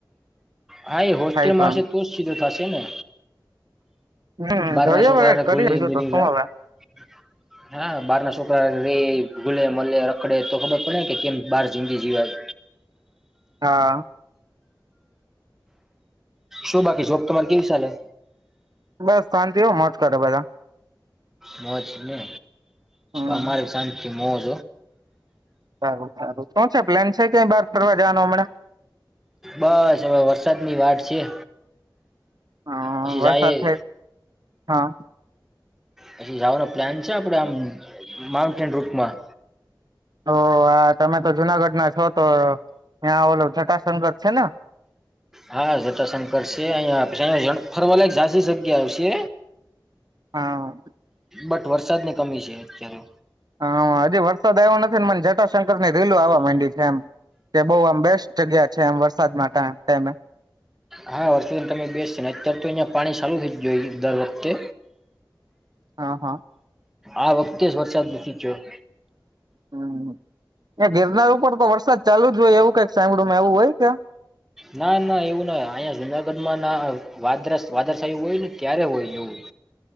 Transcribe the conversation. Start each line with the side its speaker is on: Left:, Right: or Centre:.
Centre: હા એ હોસ્ટેલમાં
Right: થાય એમ
Centre: હશે તો જ સીધો થશે ને.
Right: હમ
Centre: બાર
Right: જોઈએ
Centre: ના છોકરાઓને
Right: હવે કરીએ
Centre: ઘુલી
Right: બીજું તો શું
Centre: <unintelligible>
Right: હવે
Centre: હા બાર ના છોકરા હારે રે ગૂલે મલે રખડે તો ખબર પડે કે કેમ બહાર જિંદગી જીવાય.
Right: હા.
Centre: શું બાકી જોબ તમારી કેવી ચાલે
Right: બસ શાંતિ હો મોજ કરે બધા
Centre: મોજ ને
Right: હમ
Centre: અમારી શાંતિ મોજ
Right: સારું સારું શું છે પ્લેન છે કે બાર ફરવા જવાનું હમણાં?
Centre: બસ હવે વરસાદની વાત છીએ
Right: અ
Centre: પછી
Right: વરસાદ
Centre: જાયે
Right: થાય હા.
Centre: પછી જવાનો પ્લાન છે, આપણેે આમ માઉન્ટેન રૂટમાં
Right: તો આ તમે તો જુનાગઢ ના છો તો ત્યાં ઓલો જટાસંગત છે ને
Centre: હા જટાશંકર છે, અહિયાયા આપ છે, અંયત ફરવા લાયક ઝાજી જગ્યા આવશે
Right: હા.
Centre: બટ વરસાદની કમી છે, અત્યારે
Right: હા હજી વરસાદ આવ્યો નથી ને મને જટાશંકરની રીલું આવવા માંડી છે, એમ કે બોવ આમ બેસ્ટ જગ્યા છે એમ વરસાદ માટે ટાઈમે
Centre: હા વરસાદ તમે બેસ છે, ને અત્યાર તો અહીયા પાણી ચાલુ થઈ જ જુ દર વખતે
Right: હા હા
Centre: આ વખતે જ વરસાદ નથી જોયો
Right: હમ એ ગિરનાર ઉપર તો વરસાદ ચાલુ જ હોય એવું કઈક સામળુંમાં એવું હોય કે?
Centre: ના ના એવું ના અહીંયા જુનાગઢમાં ના વાદ્રરસ વાદળશાયું હોય ને ત્યારે હોય એવું